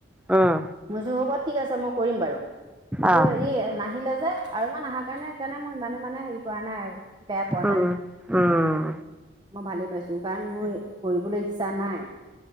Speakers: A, in the centre; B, on the right.
A: উম
B: কৈছোঁ হ'ব ঠিক আছে মই কৰিম বাৰু, কিন্তু
A: অঁ
B: হেৰি নাহিলে যে। আৰু মই নাহা কাৰণে সেইকাৰণে মই ইমানো মানে হেৰি কৰা নাই আৰু, বেয়া পোৱা
A: উম
B: নাই,
A: উম
B: নাহা কাৰণে। মই ভালে পাইছোঁ‌, কাৰণ মোৰ কৰিবলৈ ইচ্ছা নাই।